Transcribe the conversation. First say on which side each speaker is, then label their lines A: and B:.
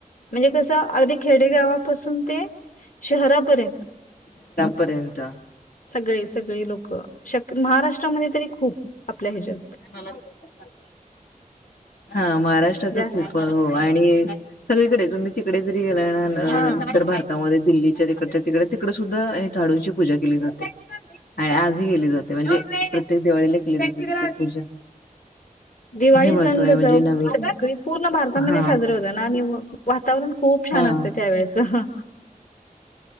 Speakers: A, on the left; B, on the left.
A: म्हणजे कसं अगदी खेडेगावापासून ते शहरापर्यंत
B: पर्यंत
A: सगळे सगळे लोकं शक् महाराष्ट्रामध्ये तरी खूप आपल्या ह्याच्यात
B: मला <unintelligible> हा महाराष्ट्राच
A: जास्त
B: खूप <inaudible> हो आणि सगळीकडे तुम्ही तिकडे जरी गेलात ना
A: हा
B: उत्तर भारतामध्ये दिल्लीच्या तिकडच्या तिकडे तिकड सुद्धा दरवेळी झाडूची पूजा केली जाते. आणि आजही केली जाते, म्हणजे प्रत्येक दिवाळीला केली जाते पूजा.
A: दिवाळी
B: हे महत्व
A: सण
B: आहे
A: कसं
B: म्हणजे नवीन
A: सगळी पूर्ण भारतामध्ये
B: हा
A: साजरं होत ना आणि वातावरण खूप छान
B: हा
A: असतं त्या वेळेचं.